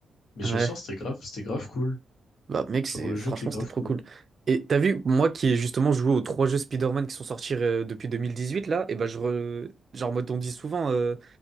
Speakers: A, on the left; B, on the right.
A: Mais
B: Ouais.
A: je me souviens, c'était grave. C'était grave cool.
B: Bah, mec,
A: Genre,
B: c'est...
A: le
B: franchement,
A: jeu était grave
B: c'était trop
A: cool.
B: cool. Et t'as vu, moi qui ai justement joué aux trois jeux Spider-Man qui sont sortis euh, depuis 2018, là, et bah, je. re- Genre, en mode, on dit souvent. euh,